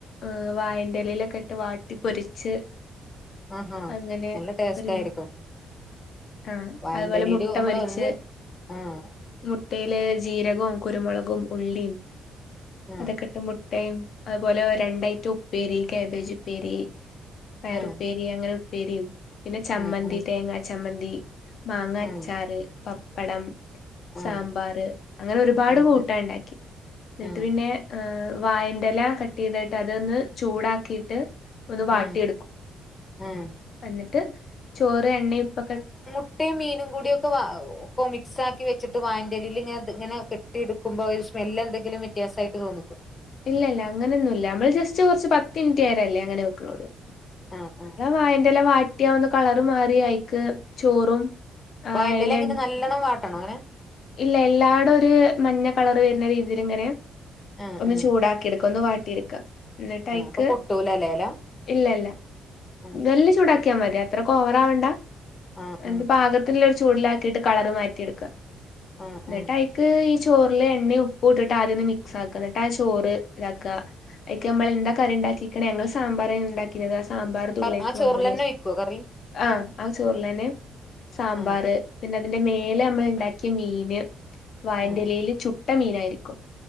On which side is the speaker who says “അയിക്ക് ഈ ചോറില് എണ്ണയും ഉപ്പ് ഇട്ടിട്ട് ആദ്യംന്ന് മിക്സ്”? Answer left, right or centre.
Left